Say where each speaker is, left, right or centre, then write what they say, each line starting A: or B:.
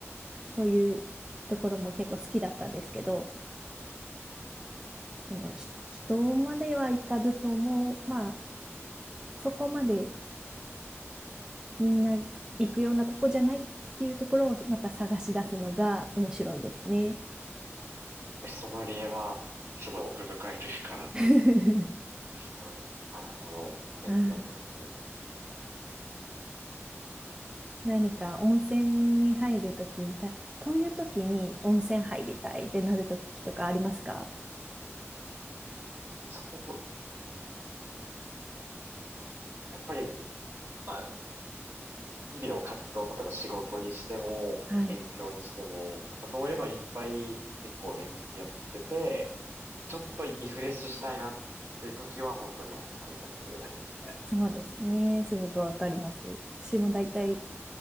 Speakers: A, on the right; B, on the right.
A: そういうところも結構好きだったんですけど、あの、ひ人までは行かずとも、まあ、そこまでみんな行くようなとこじゃないっていうところをまた探し出すのが面白いですね。
B: ソムリエはすごい奥深いというか、
A: <laughs>
B: すごいです。なるほど。勉強になります。
A: ああ何か温泉に入るとき、あこういうときに温泉入りたいってなるときとかありますか
B: そう、やっぱり、まあ、日々の活動、例えば仕事にしても、
A: はい。
B: 勉強にしても、やっぱそういうのいっぱい結構連日やってて、ちょっとリフレッシュしたいなっていう時は本当に温泉入りたくなりますね。
A: そうですね。すごくわかります。私も大体